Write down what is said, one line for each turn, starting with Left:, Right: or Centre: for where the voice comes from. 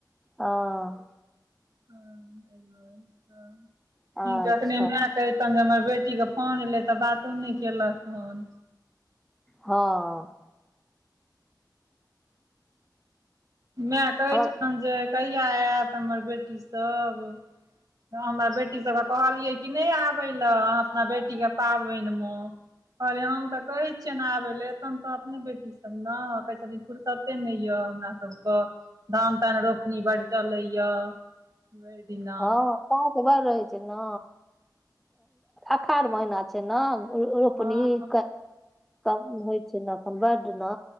Centre: हं।
Right: <unintelligible>
Centre: अच्छा
Right: कहितहुं जे हमर बेटीके फोन एयलै तऽ बातो नहि केलक हन।
Centre: हँ।
Right: माय कहै
Centre: हमर
Right: छलनि जे कही किया आयत हमर बेटी सब। हमरा बेटी सबके कहलियै कि नहि आबय ले अपना बेटीके पाबनि मे। कहलियै हम तऽ कहै छियनि आबै ले एखन तऽ अपने बेटी छै ने कहै छथिन फुुरसते नहि यऽ हमरा सबके, धान तान रोपनी बड चलै ये भरि दिना।
Centre: हँ पास बड रहै छै ने अखाढ़ महीना छै ने। रोपनी
Right: हँ
Centre: कते काज होइ छै ने एखन बड ने